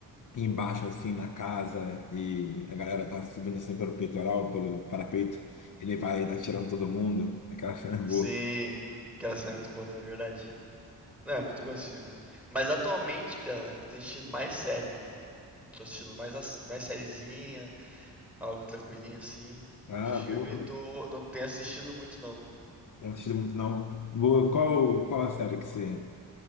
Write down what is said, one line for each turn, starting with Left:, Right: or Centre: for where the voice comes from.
Left: embaixo assim na casa e a galera tá subindo assim pelo peitoral, pelo parapeito, ele vai atirando todo mundo. Aquela cena é
Centre: Sim,
Left: boa.
Centre: aquela cena é muito boa também, é verdade. Não, é muito bom esse filme. Mas atualmente, Pia, eu tenho assistido mais série. Tô assistindo mais, as- mais sériezinha, Algo tranquilinho assim.
Left: Ah,
Centre: Filme,
Left: boa.
Centre: tô, não tenho assistido muito não.
Left: Não assisti muito, não. Boa. Qual, qual a série que você